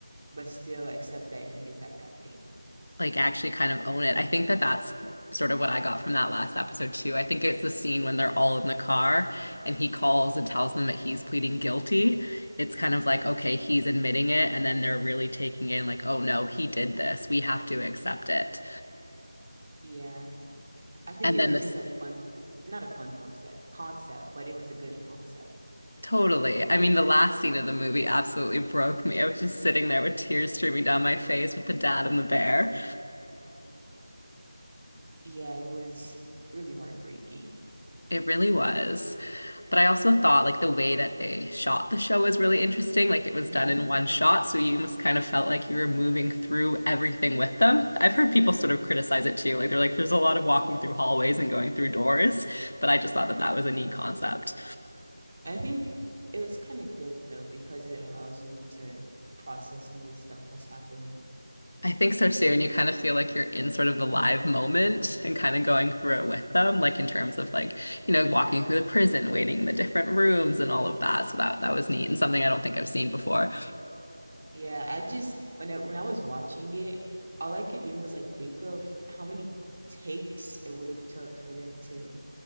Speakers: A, on the right; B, on the left.
A: but still accept that he did that bad thing.
B: like actually kind of own it. I think that that's sort of what I got from that last episode too. I think it's the scene when they're all in the car and he calls and tells them that he's pleading guilty. It's kind of like, okay, he's admitting it, and then they're really taking in like, oh no, he did this. We have to accept it.
A: Yeah. I think
B: And
A: it
B: then
A: was
B: this
A: just a fun, not a fun concept, concept, but it was a good concept.
B: totally. I mean, the last scene of the movie absolutely broke me. I was just sitting there with tears streaming down my face with the dad and the bear.
A: Yeah, it was really heartbreaking.
B: It really was. But I also thought like the way that they shot the show was really interesting. Like it was
A: hmm
B: done in one shot, so you almost kind of felt like you were moving through everything with them. I've heard people sort of criticize it too. Like they're like, there's a lot of walking through hallways and going through doors, but I just thought that that was a neat concept.
A: I think it was kind of good though because it allows you to process some of the stuff that's happening.
B: I think so too, and you kind of feel like you're in sort of the live moment and kind of going through it with them, like in terms of like, you know, walking through the prison, waiting in the different rooms and all of that. So that that was neat and something I don't think I've seen before.
A: Yeah, I just when I, when I was watching it, all I could do was like think of how many takes it would have took for them to